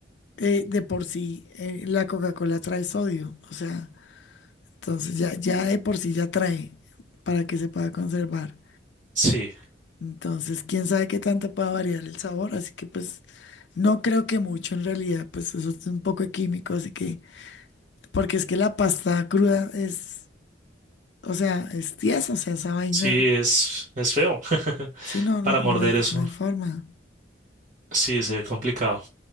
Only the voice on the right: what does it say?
Sí,
sí, es, es feo. <laughs>
Para
morder
eso,
sí, se ve complicado.